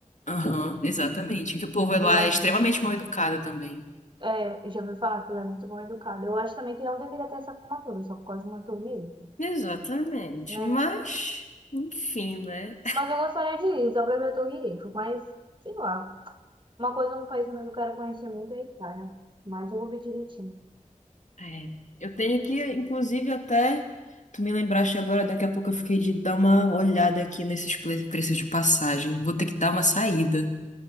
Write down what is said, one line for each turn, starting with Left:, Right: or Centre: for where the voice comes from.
Left: Aham, exatamente. Que o povo
Right: Eu
Left: lá
Right: acho.
Left: é extremamente mal educado também.
Right: É, já ouvi falar que ela é muito mal educada. Eu acho também que não deveria ter essa formatura, só por causa de uma torre Eiffel,
Left: Exatamente.
Right: né?
Left: Mas, enfim, né?
Right: Mas eu gostaria de ir, só pra ver a torre Eiffel, mas, sei lá. Uma coisa, um país também que eu quero conhecer muito é a Itália, mas eu vou ver direitinho.
Left: É, eu tenho que, inclusive, até. Tu me lembraste agora, daqui a pouco eu fiquei de dar uma olhada aqui nesses ple- preços de passagem. Vou ter que dar uma saída.